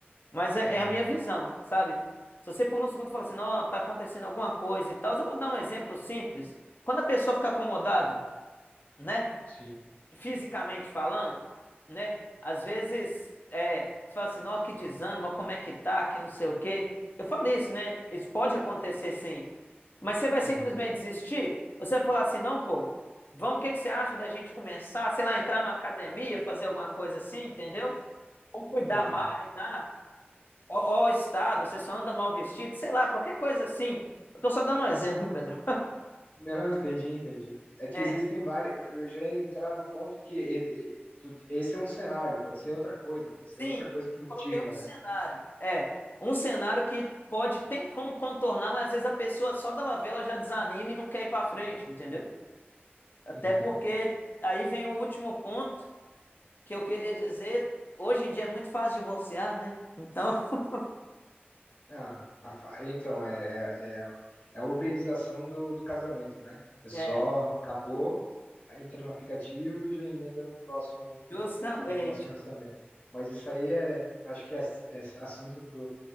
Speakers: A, on the left; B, on the left.
A: Mas é,
B: uhum,
A: é a minha visão, sabe? Se você por um segundo fala assim, não, tá acontecendo alguma coisa e tal, eu vou dar um exemplo simples. Quando a pessoa fica acomodada, né?
B: sim,
A: Fisicamente falando, né? Às vezes, é, você fala assim, não, que desânimo, como é que tá, que não sei o quê. Eu falei isso, né? Isso pode acontecer sim. Mas você vai simplesmente
B: uhum,
A: desistir? Você vai falar assim, não, pô, vamos, o que que você acha da gente começar, sei lá, entrar numa academia, fazer alguma coisa assim, entendeu? Ou cuidar
B: entendi.
A: mais, né? Ó, ó, estado, você só anda mal vestido, sei lá, qualquer coisa assim. Eu tô só dando um exemplo, viu, Pedro.
B: Não, entendi, entendi. É que
A: É,
B: existem várias. Eu eu já ia entrar no ponto que e- e- tu- esse é um cenário, pode ser outra coisa, pode
A: sim,
B: ser outra coisa que motiva,
A: coloquei um cenário.
B: né?
A: É, um cenário que pode, tem como contornar, mas às vezes a pessoa só dela ver, ela já desanima e não quer ir pra frente, entendeu? Até
B: Uhum.
A: porque aí vem o último ponto que eu queria dizer. Hoje em dia é muito fácil divorciar, né? Então, <laughs>
B: Ah, a fa- então, é, é, é é a uberização do, do casamento, né? É só,
A: é,
B: acabou, aí entra no aplicativo e já emenda num próximo,
A: justamente.
B: um próximo relacionamento. Mas isso aí é, acho que é, é assunto para